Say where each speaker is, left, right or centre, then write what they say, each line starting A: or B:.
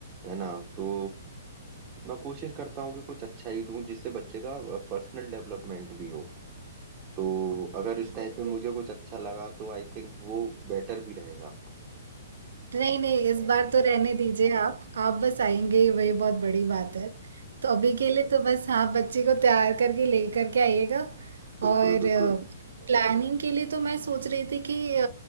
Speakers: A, on the right (about 25°); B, on the right (about 75°).
A: है ना तो मैं कोशिश करता हूँ कि कुछ अच्छा ही दूं जिससे बच्चे का पर्सनल डेवलपमेंट भी हो तो अगर इस टाइप में मुझे कुछ अच्छा लगा तो आई थिंक वो बेटर भी रहेगा
B: नहीं नहीं इस बार तो रहने दीजिए आप आप बस आएंगे ही वही बहुत बड़ी बात है तो अभी के लिए तो बस हाँ बच्चे को तैयार करके लेकर के आइएगा
A: बिल्कुल
B: और
A: बिल्कुल
B: प्लानिंग के लिए तो मैं सोच रही थी कि अ,